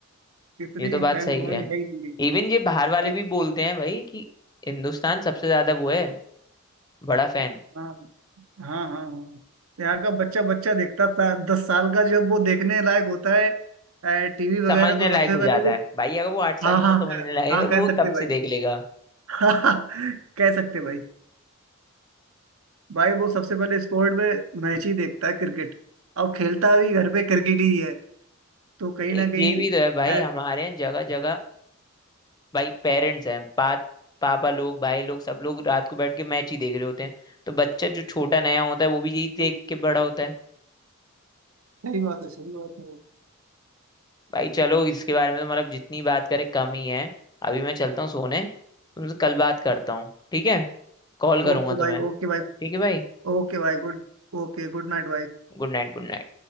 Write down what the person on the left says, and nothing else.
ये तो बात
सही
है
इवन ये बाहर
वाले भी बोलते हैं भाई कि हिंदुस्तान सबसे ज्यादा वो है बड़ा फैन
समझने
लायक हो
जाता
है भाई अगर वो आठ साल
की
में समझने
लायक
है वो
तब
से देख लेगा
एक
ये भी तो है भाई
हमारे यहाँ जगह जगह भाई पेरेंट्स हैं पा, पापा लोग भाई लोग सब लोग रात को बैठ के मैच ही देख रहे होते हैं तो बच्चा जो छोटा नया होता है वो भी यही देख के बड़ा होता है
भाई चलो इसके बारे में तो मतलब जितनी बात करें कम ही है अभी मैं चलता हूँ सोने तुमसे कल बात करता हूँ ठीक है कॉल करूंगा
तुम्हें
ठीक है भाई
गुड नाइट गुड नाइट